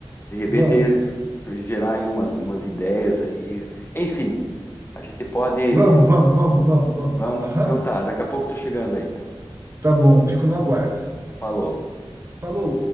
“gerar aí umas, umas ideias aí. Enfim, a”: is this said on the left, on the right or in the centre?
Left